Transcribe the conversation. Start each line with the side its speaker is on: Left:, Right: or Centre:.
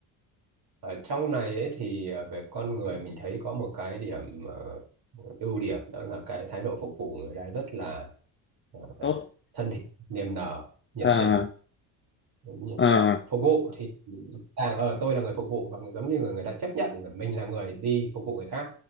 Right: ở trong này ấy thì ờ, về con người mình thấy có một cái điểm ờ, ưu điểm đó là cái thái độ phục vụ người ta rất là ờ,
Left: tốt
Right: thân thiện niềm nở nhiệt
Left: ờ
Right: tình Đúng rồi.
Left: ờ
Right: Phục vụ thì càng ở tôi là người phục vụ và người giống như người người ta chấp nhận là mình là người đi phục vụ người khác